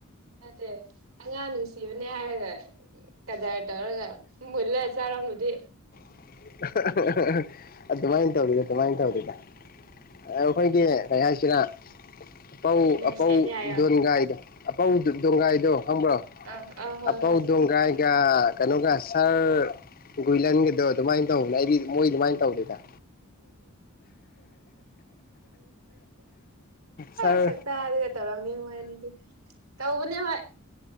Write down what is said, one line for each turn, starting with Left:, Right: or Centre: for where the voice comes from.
Right: ꯅꯠꯇ‌ꯦ ꯑꯉꯥꯡꯅꯅꯨꯡꯁꯤꯕꯅꯦ ꯌꯥꯒ <unintelligible> ꯀꯗꯥꯥꯔ ꯇꯧꯔꯒ ꯃꯜꯂꯥ ꯆꯔꯝꯃꯗꯤ
Left: <unintelligible> ꯑꯗꯨꯃꯥꯏꯅ ꯇꯧꯔꯤꯗ ꯑꯗꯨꯃꯥꯏꯅ ꯇꯧꯔꯤꯗ ꯑꯩꯈꯣꯏꯒꯤ ꯀ ꯍꯥꯏꯥꯏꯁꯤꯔ ꯑꯄꯧ
Right: ꯏꯅꯣꯁꯦꯟꯅꯦ
Left: ꯑꯄꯧ
Right: ꯍꯥꯏꯌꯣ
Left: ꯗꯣꯟꯒꯥꯏꯗ ꯑꯄꯥ ꯎ ꯗꯒꯥꯏꯗꯣ ꯈꯪꯕ꯭ꯔꯣ
Right: ꯑ ꯑ ꯍꯣꯏ
Left: ꯑꯄꯧ
Right: ꯍꯣꯏ
Left: ꯗꯣꯡꯒꯥꯏꯒ ꯑ ꯀꯩꯅꯣ ꯀ ꯑ ꯁꯔ ꯒꯨꯏꯂꯟꯒꯗꯣ ꯑꯗꯨꯃꯥꯏꯟ ꯇꯧꯅ ꯑꯩꯗꯤ ꯃꯣꯏ ꯗꯨꯃꯥꯏꯟ ꯇꯧꯗꯦꯗ ꯁꯥꯔ
Right: ꯁꯛꯇꯔꯒ ꯇꯧꯔꯝꯅꯤ ꯃꯣꯏ ꯑꯅꯤꯗꯤ ꯅꯦ ꯍꯣꯢ